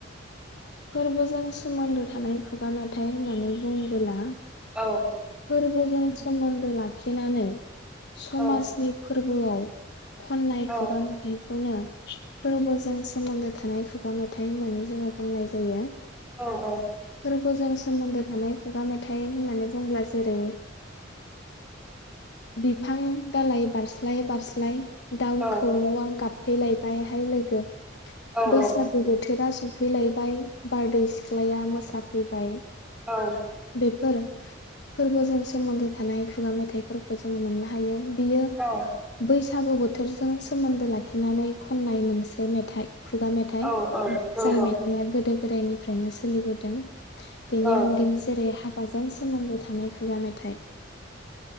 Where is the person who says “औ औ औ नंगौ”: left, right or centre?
Centre